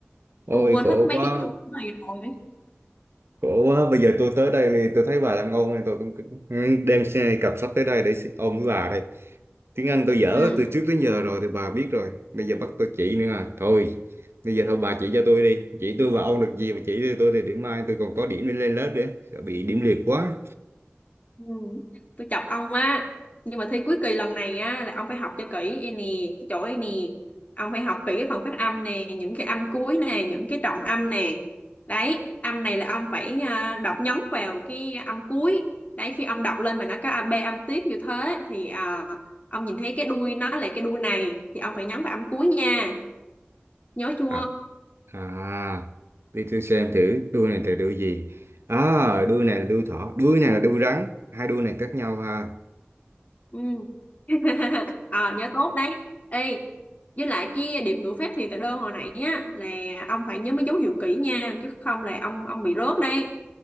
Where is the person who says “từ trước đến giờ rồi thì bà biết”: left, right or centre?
Right